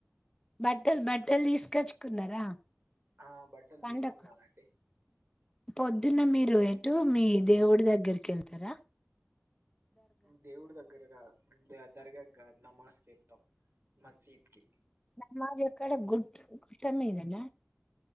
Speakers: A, on the left (about 15°); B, on the right (about 60°).
A: బట్టల్ బట్టల్ తీసుకొచ్చుకున్నరా
B: ఆ బట్టలు
A: పండక్క్
B: తీసుకున్నానండి
A: పొద్దున మీరు ఎటు మీ దేవుడి దగ్గరికి ఎళ్తరా
B: దేవుడి దగ్గరగా ద దర్గ గ నమాజ్ కెల్తం మజీద్ కి
A: నమాజ్ ఎక్కడ గు ట్ట మీదనా